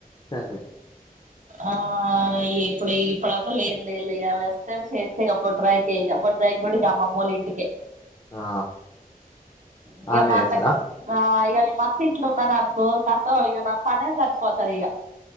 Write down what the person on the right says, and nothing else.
ఆ ఏ ఇప్పుడు ఇప్పుడు అంత లేదు లేదు లే వస్తేవి చేస్తే <unintelligible> కూడా బొడ్రాయికి అమ్మమ్మళ్ళ ఇంటికే
ట్ ఇగా
మాట్లాడు
ఆ అత్త ఇంట్లో ఉన్నాను అనుకో కతమె ఇక నాకు పనే సరిపోతుంది ఇగా